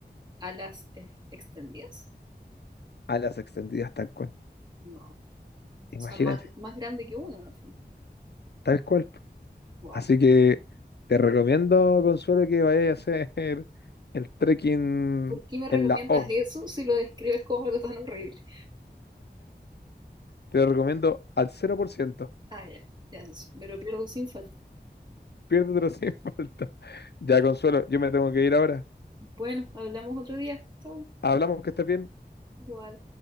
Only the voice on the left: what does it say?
a las extendidas tal cual.
Imagínate,
tal cual.
Así que te recomiendo, Consuelo, que vayas a hacer <laughs> el trekking
en la O.
Te lo recomiendo al cero por ciento.
Piérdetelo sin <laughs> falta. Ya, Consuelo, yo me tengo que ir ahora.
Hablamos que estés bien.